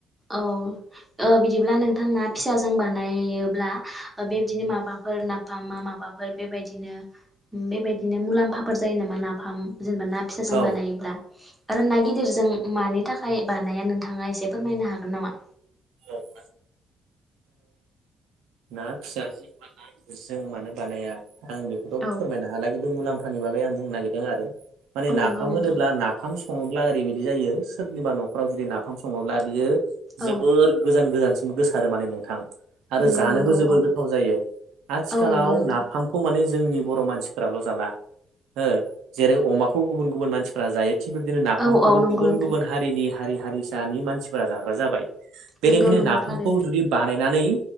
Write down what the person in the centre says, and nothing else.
औ ओ बिदिब्ला नोंथां ना फिसाजों बानायोब्ला बेबायदिनो माबाफोर नाफामा माबाफोर बेबायदिनो बेबायदिनो मुलाम्फाफोर जायो नामा नाफाम जेनेबा ना फिसाजों
बानायोब्ला
आरो
ना गिदिरजों मानि थाखाय बानाया नोंथाङा एसे फोरमायनो हागोन नामा
औ
औ
नंगौ नोंथां।
औ
नंगौ
नंगौ
औ
औ नंगौ नोंथां
औ औ नंगौ
नोंथां
नंगौ नंगौ
थारैनो